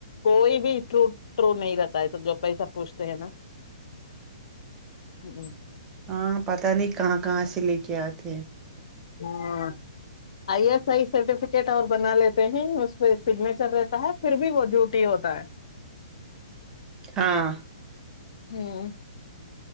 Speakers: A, on the left; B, on the right.
A: کوئی بھی ٹرو ٹرو نہیں رہتا ہے سب جو پیسا پوچھتے ہیں نا ہ
B: ہاں پتہ نہیں کہاں کہاں سے لے کے آت
A: ہوں <inaudible> آئی ایس آئی سرٹیفکیٹ اور بنا لیتے ہیں اس پہ سگنیچر رہتا ہے پھر بھی وہ ڈیوٹی ہوتا ہے
B: ہاں
A: ہوں